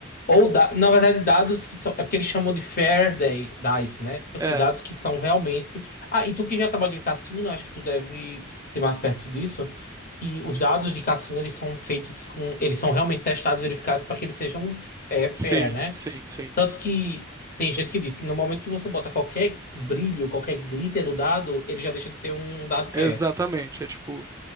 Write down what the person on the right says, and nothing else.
É,
sim,
sim, sim.
Exatamente. É tipo,